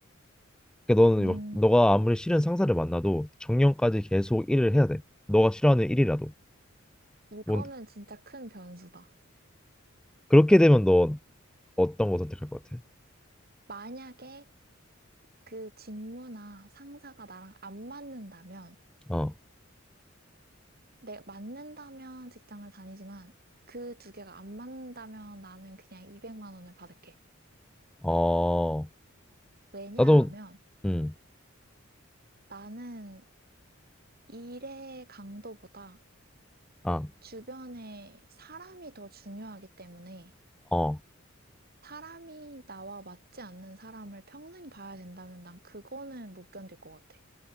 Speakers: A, in the centre; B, on the right (about 50°).
A: 그러니까 너는
B: 음,
A: 막- 너가 아무리 싫은 상사를 만나도 정년까지 계속 일을 해야 돼. 너가 싫어하는 일이라도.
B: 이거는
A: 뭔
B: 진짜 큰 변수다.
A: 그렇게 되면 너 어떤 거 선택할 것 같아?
B: 만약에 그 직무나 상사가 나랑 안 맞는다면,
A: 어.
B: 내 맞는다면 직장을 다니지만 그 두 개가 안 맞는다면 나는 그냥 200만 원을 받을게.
A: 어.
B: 왜냐하면
A: 나도 음.
B: 나는 일의 강도보다
A: 아.
B: 주변에 사람이 더 중요하기 때문에
A: 어,
B: 사람이 나와 맞지 않는 사람을 평생 봐야 된다면 난 그거는 못 견딜 것 같아.